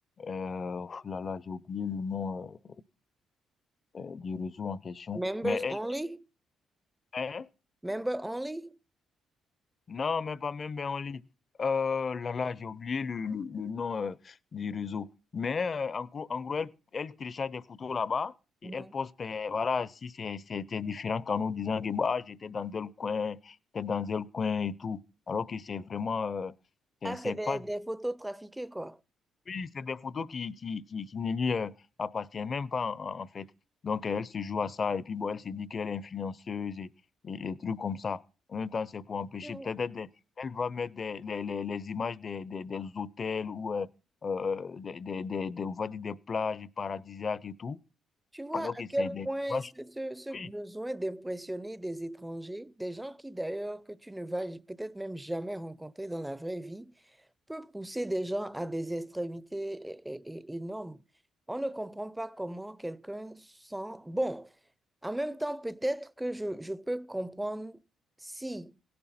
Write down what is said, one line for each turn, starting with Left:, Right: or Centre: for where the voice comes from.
Left: Euh, oh là là, j'ai oublié le nom euh, euh, du réseau en question.
Centre: Members
Left: Mais elle,
Centre: only?
Left: hein?
Centre: Member only?
Left: Non, même pas, même ben, en ligne. Euh, là, là, j'ai oublié le, le, le nom euh, du réseau. Mais euh, en gros, en gros elle, elle télécharge des photos là-bas
Centre: Mhm.
Left: et elle poste, euh, voilà, si c'est c'est- c'est différents canaux disant que bah, j'étais dans tel coin, j'étais dans tel coin et tout. Alors que c'est vraiment, euh, c'est
Centre: Ah,
Left: c'est
Centre: c'est des,
Left: pas,
Centre: des
Left: du-
Centre: photos trafiquées, quoi.
Left: oui, c'est des photos qui, qui, qui, qui ne lui euh, appartiennent même pas, en, en fait. Donc, euh, elle se joue à ça, et puis, bon, elle se dit qu'elle est influenceuse et, et, et trucs comme ça. En même temps, c'est pour empêcher.
Centre: Tu,
Left: Peut-être elle, des- elle va mettre des, les, les, les images des, des, des hôtels ou euh, euh, des, des, des, des- on va dire des plages paradisiaques et tout,
Centre: Tu vois
Left: alors
Centre: à
Left: que c'est
Centre: quel
Left: des
Centre: point
Left: images.
Centre: ce, ce- ce besoin
Left: Oui,
Centre: d'impressionner des étrangers, des gens qui d'ailleurs que tu ne vas peut-être même jamais rencontrer dans la vraie vie, peut pousser des gens à des extrémités é- é- é- énormes. On ne comprend pas comment quelqu'un sent... Bon, en même temps, peut-être que je, je peux comprendre si